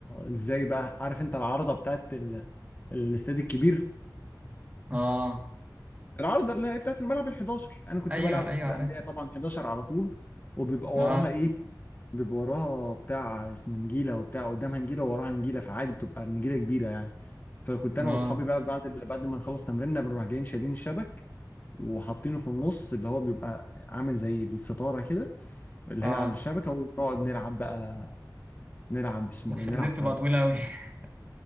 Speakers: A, on the left; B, on the right.
A: ازاي بقى عارف انت العارضة بتاعت ال- الاستاد الكبير
B: اه
A: العارضة اللي هي بتاعت الملعب ال 11 انا كنت
B: ايوه
A: بلعب
B: ايوه
A: في
B: عارف
A: اندية طبعا 11 على طول وبيبقى
B: اه
A: وراها ايه بيبقى وراها بتاع اسمه نجيله وبتاع قدامها نجيله ووراها نجيله فعادي بتبقى النجيله كبيره يعني فكنت
B: اه
A: انا واصحابي بقى بعد ال- بعد ما نخلص تمريننا بنروح جايين شايلين الشبك وحاطينه في النص اللي هو بيبقى عامل زي الستاره كده اللي
B: اه
A: هي على الشبكه ونقعد نلعب بقى نلعب اسمه
B: بس
A: ايه نلعب
B: دي بتبقى
A: طايره
B: طويلة قوي <laughs>